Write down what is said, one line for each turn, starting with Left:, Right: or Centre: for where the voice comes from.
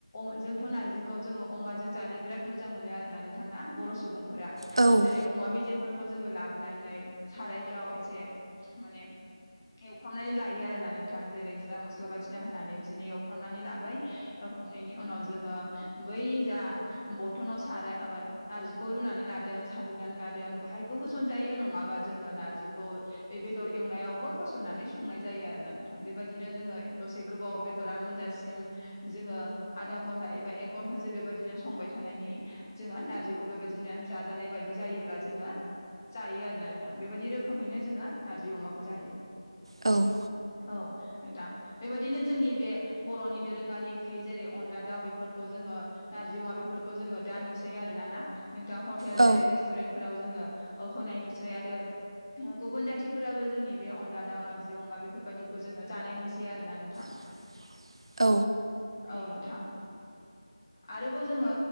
Left: अ जोंथ' नारजिखौ जोङो अमा जों जानो बिरोद मोनो आरोना नोंथां ना बर' सुबुंफोरा
Right: औ
Left: जेरै अमा मेजेमफोर खौ जोङो लाबोनानै सारायफ्राव एसे माने एवफ्रामनानै लायो आरो ना नोंथां जेरै जिरा मस्ला बायथिना होनानै बिदिनो एवफ्रामनानै लाबाय खालामनायनि उनाव जोङो बै जा बथनाव साराय म नारजिखौ रुनानै लादों साग्लिनानै लादों बाहायबो होसनजायो नङा माबा जोङो नारजखौ बे बेदर एवनायावबो होसननानै संनाय जायो आरोना नोंथां बेबायदिनो जोङो दसे गोबाव बेदरा मोनजासिम जोङो आदा घन्टा एबा एक घन्टासो बेबायदिनो स संबाय थानायनि जोङो नारजिखौ बेबायदिनो जाजानाय बायदि जायोब्ला जोङो जायो आरोना नोंथां बेबायदि रोखोमैनो जोङो नारजि अमाखौ जायो।
Right: औ
Left: औ। नोंथां बेबायदिनो जोंनि बे बर'नि दोरोङारि ओंख्रि जेरै अनला दाउ बेफोरखौ जोङो नारजि अ बेफोरखौ जोङो दा नुसैयो आरो ना ना नोंथां हटेल
Right: औ
Left: जेरै रेस्टुरेन्टफोराव जोङो औ होनाय नुसै आरो गुबुन जाथिफोराबो जोंनि बे अनला दाउ नारजि अमा बेफोरबायाददिखौ जोङो जानाय नुसै आरोना नोंथां।
Right: <inaudible> औ
Left: औ नोंथां आरो। जोंङो